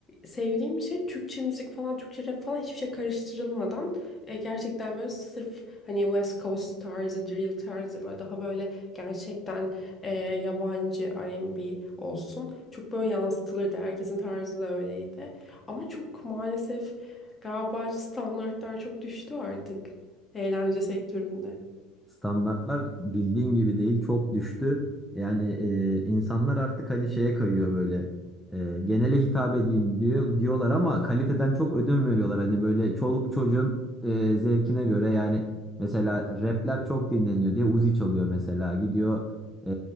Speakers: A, on the left; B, in the centre.
A: sevdiğim şey Türkçe müzik falan, Türkçe rap falan hiçbir şey karıştırılmadan e, gerçekten böyle sırf hani West Coast tarzı, drill tarzı böyle daha böyle gerçekten e, yabancı R&B olsun. Çok böyle yansıtılırdı. Herkesin tarzı da öyleydi. Ama çok maalesef galiba standartlar çok düştü artık eğlence sektöründe.
B: Standartlar bildiğin gibi değil çok düştü. Yani e, insanlar artık hani şeye kayıyor böyle. E, genele hitap edeyim diyor, diyorlar ama kaliteden çok ödün veriyorlar. Hani böyle çoluk çocuğun e, zevkine göre yani mesela rapler çok dinleniyor diye Uzi çalıyor mesela. Gidiyor e,